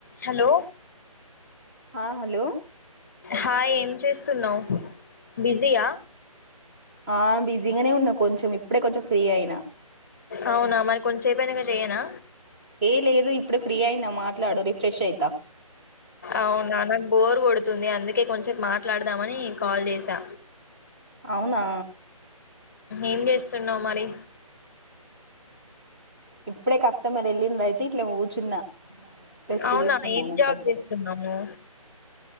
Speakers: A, on the left (about 30°); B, on the right (about 15°).
A: Hello!
B: ఆ, hello!
A: Hi! ఏం చేస్తున్నావ్ బిజీయా?
B: ఆ బిజీగానే ఉన్నా కొంచెం ఇప్పుడే కొంచెం ఫ్రీ అయినా.
A: అవునా, మరి కొంతసేపుయినాక చెయ్యనా?
B: ఏ లేదు ఇప్పుడు ఫ్రీ అయినా మాట్లాడు రిఫ్రెష్ అయితా.
A: అవునా నాకు బోరు కొడుతుంది. అందుకే కొంచసేపు మాట్లాడదామని కాల్ చేసా.
B: అవునా?
A: ఏం చేస్తున్నావు మరి.
B: ఇప్పుడే కస్టమర్ వెళ్లిండు అయితే ఇట్లా కూర్చున్నా. రెస్ట్
A: అవునా
B: తీసుకున్నామని
A: ఏం జాబ్
B: కొంచెం
A: చేస్తున్నాము.